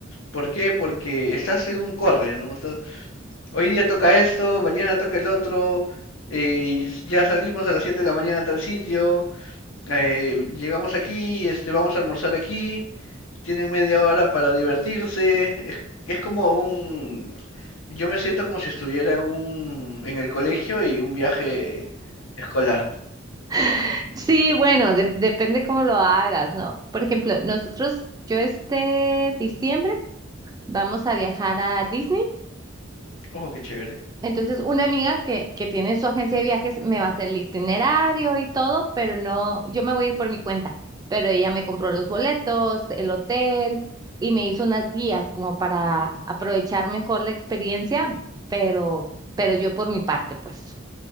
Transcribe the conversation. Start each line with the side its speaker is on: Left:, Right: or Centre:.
Left: ¿Por qué? Porque estás en un corre, ¿no? Estás, hoy día toca esto, mañana toca el otro, eh, y ya salimos a las 7 de la mañana a tal sitio, eh, llegamos aquí, este, vamos a almorzar aquí, tienen media hora para divertirse. Es, es como un... Yo me siento como si estuviera en un, en el colegio y un viaje escolar.
Right: <laughs> Sí, bueno, de- depende cómo lo hagas, ¿no? Por ejemplo, nosotros, yo este diciembre vamos a viajar a Disney
Left: Ojo, qué chévere.
Right: Entonces, una amiga que, que tiene su agencia de viajes me va a hacer el itinerario y todo, pero no, yo me voy a ir por mi cuenta. Pero ella me compró los boletos, el hotel y me hizo unas guías como para aprovechar mejor la experiencia, pero, pero yo por mi parte, pues.